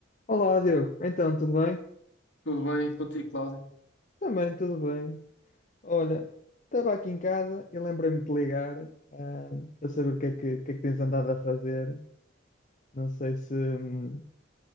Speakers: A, on the left; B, on the left.
A: Olá, Diogo. Então, tudo bem?
B: Tudo bem contigo, Cláudio?
A: Também, tudo bem. Olha, estava aqui em casa e lembrei-me de te ligar, ah, para saber o que é que, o que é que tens andado a fazer. Não sei se. hum,